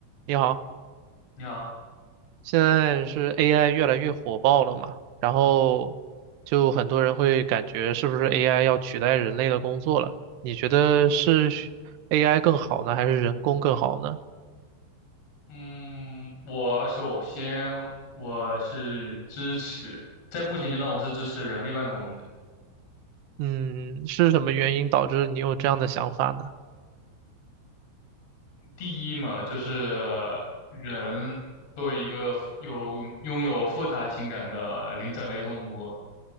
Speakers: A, on the right (about 70°); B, on the left (about 55°).
A: 你好，
B: 你好，
A: 现在是 AI 越来越火爆了嘛，然后就很多人会感觉是不是 AI 要取代人类的工作了？你觉得是 AI 更好呢，还是人工更好呢？
B: 嗯，我首先我是支持，在目前阶段我是支持人力办公的。
A: 嗯，是什么原因导致你有这样的想法呢？
B: 第一嘛，就是人作为一个复有拥有复杂情感的灵长类动物，